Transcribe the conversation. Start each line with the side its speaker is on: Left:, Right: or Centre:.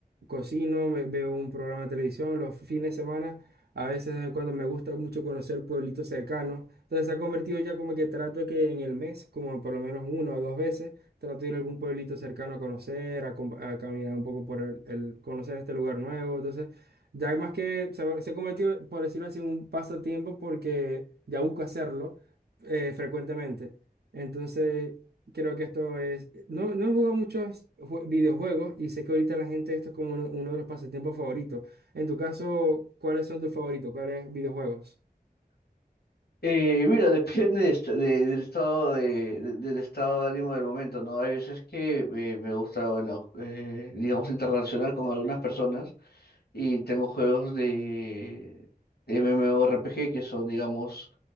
Right: cocino, ve- veo un programa de televisión los fines de semana. A veces de vez en cuando me gusta mucho conocer pueblitos cercanos. Entonces se ha convertido ya como que trato de que en el mes, como por lo menos una o dos veces, trato de ir a algún pueblito cercano a conocer, a, com- a caminar un poco por el, el- conocer este lugar nuevo. Entonces, ya más que se ha, se ha convertido, por decirlo así, en un pasatiempo porque ya busco hacerlo eh, frecuentemente. Entonces, Creo que esto es. No, no he jugado muchos jue- videojuegos y sé que ahorita la gente esto es como uno, uno de los pasatiempos favoritos. En tu caso, ¿cuáles son tus favoritos? ¿Cuáles videojuegos?
Left: Eh, mira, <laughs> depende de est- de- del estado de, de- del estado de ánimo del momento, ¿no? Hay veces que eh, me gusta, bueno, eh, digamos, interrelacionar con algunas personas Y tengo juegos de MMORPG que son, digamos,